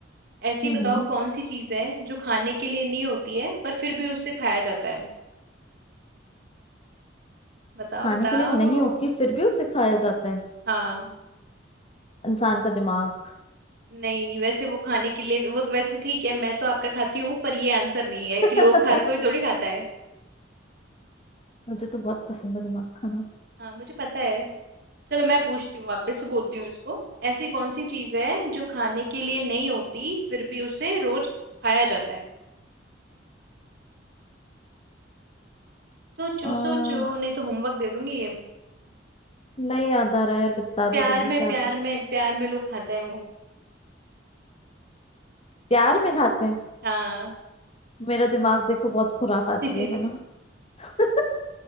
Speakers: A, on the right; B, on the left.
A: ऐसी
B: हम्म
A: बताओ
B: हम्म
A: कौन सी चीज है जो खाने के लिए नहीं होती है पर फिर भी उससे खाया जाता है बताओ
B: खाने
A: बताओ
B: के लिए नहीं होती है फिर भी उसे खाया जाता है
A: हाँ
B: इंसान का दिमाग
A: नहीं वैसे वो खाने के लिए वो तो वैसे ठीक है मैं तो आपका खाती हूँ पर ये आंसर नहीं
B: <laughs>
A: है कि लोग हर कोई थोड़ी खाता है
B: मुझे तो बहुत पसंद है दिमाग खाना
A: हाँ मुझे पता है चलो मैं पूछती हूँ आप पे से बोलती हूँ इसको ऐसी कौन सी चीज है जो खाने के लिए नहीं होती फिर भी उसे रोज खाया जाता है सोचो
B: आ,
A: सोचो नहीं तो होमवर्क दे दूंगी ये
B: नहीं याद आ रहा यार बता
A: प्यार
B: दो जल्दी
A: में
B: से
A: प्यार
B: आप ही
A: में प्यार में लोग खाते हैं वो
B: प्यार में खाते हैं
A: हाँ
B: मेरा दिमाग देखो बहुत खुराफ आती
A: <laughs>
B: है है ना <laughs>